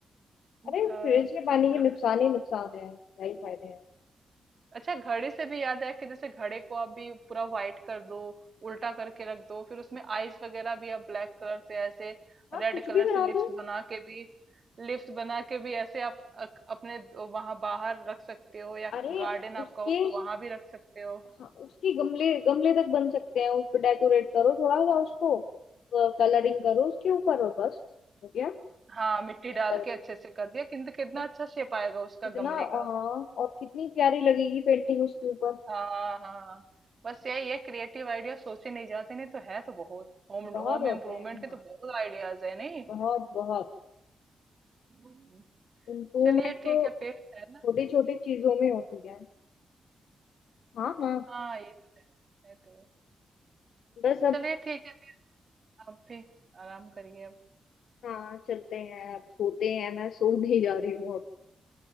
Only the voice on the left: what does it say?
अरे
फ्रिज के पानी के
नुकसान ही नुकसान है क्या ही फायदे हैं
आप
कुछ
भी बना
दो
अरे
उसके
हाँ, उसके गमले गमले तक बन सकते हैं उसको डेकोरेट करो थोड़ा सा उसको कलरिंग करो उसके ऊपर और बस हो गया
ये
अंदर
रखो।
कितना
हाँ और कितनी प्यारी लगेगी पेंटिंग उसके ऊपर
बहुत
होते
हैं
हाँ
बहुत बहुत
इम्प्रूवमेंट
तो
छोटी
छोटी चीजों में होती है हाँ हाँ
बस अब
हाँ चलते हैं अब सोते हैं मैं सो नहीं जा रही हूँ अब